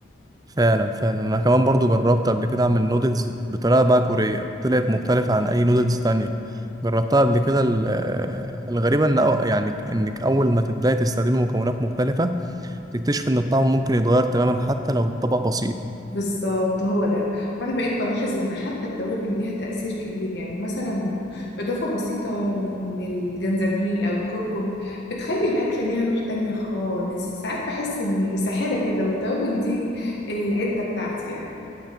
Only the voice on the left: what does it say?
بالظبط هو ده وانا بقيت بلاحظ ان حتى التوابل ليها تأثير كبير يعني مثلا اضافة بسيطة من الجنزبيل او الكركم بتخلي الاكلة ليها روح تانية خالص ساعات بحس اني ساحرة كده والتوابل دي العدة بتاعتي يعني